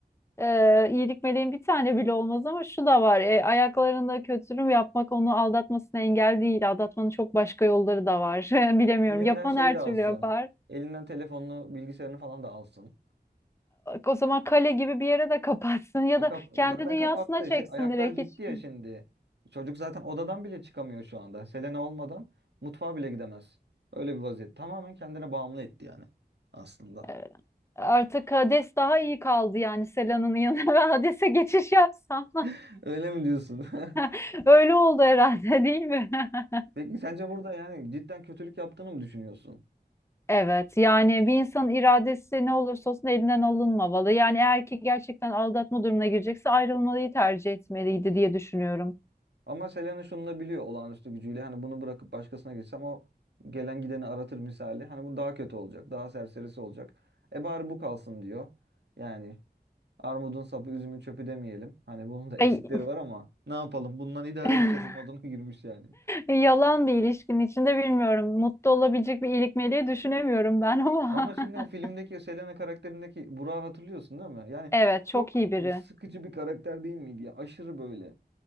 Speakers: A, on the left (about 15°); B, on the right (about 90°).
A: E, iyilik meleğin bir tane bile olmaz ama şu da var. E, ayaklarında kötülük yapmak onu aldatmasına engel değil. Aldatmanın çok başka yolları da var. <laughs> Bilemiyorum.
B: Elinden
A: Yapan
B: şeyi
A: her
B: de alsın.
A: türlü yapar.
B: Elinden telefonunu, bilgisayarını falan da alsın.
A: O zaman kale gibi bir yere de kapatsın ya
B: E
A: da
B: kap
A: kendi
B: zaten
A: dünyasına
B: kapattı.
A: çeksin
B: Şey, ayaklar
A: direkt
B: gitti
A: hiç.
B: ya şimdi. Çocuk zaten odadan bile çıkamıyor şu anda. Selena olmadan mutfağa bile gidemez. Öyle bir vaziyet. Tamamen kendine bağımlı etti yani aslında.
A: Ee, Artık Hades daha iyi kaldı yani Selan'ın yanına <laughs> ve Hades'e geçiş yapsam.
B: <laughs> Öyle mi diyorsun? <laughs>
A: <laughs> Öyle oldu herhalde değil mi? <laughs>
B: Peki sence burada yani cidden kötülük yaptığını mı düşünüyorsun?
A: Evet yani bir insanın iradesi ne olursa olsun elinden alınmamalı. Yani eğer ki gerçekten aldatma durumuna girecekse ayrılmayı tercih etmeliydi diye düşünüyorum.
B: Ama Selena şunu da biliyor olağanüstü gücüyle. Hani bunu bırakıp başkasına geçsem o gelen gideni aratır misali. Hani bu daha kötü olacak. Daha serserisi olacak. E bari bu kalsın diyor. Yani Armudun sapı, üzümün çöpü demeyelim. Hani bunun da eksikleri
A: Ay,
B: var ama ne yapalım? Bundan idare
A: <laughs>
B: edeceğiz moduna <laughs> girmiş yani.
A: yalan bir ilişkinin içinde bilmiyorum. Mutlu olabilecek bir iyilik meleği düşünemiyorum ben ama.
B: Ama şimdi
A: <laughs>
B: o filmdeki o Selena karakterindeki Burak'ı hatırlıyorsun değil mi? Yani
A: Evet çok
B: çok
A: iyi biri.
B: sıkıcı bir karakter değil miydi ya? Aşırı böyle.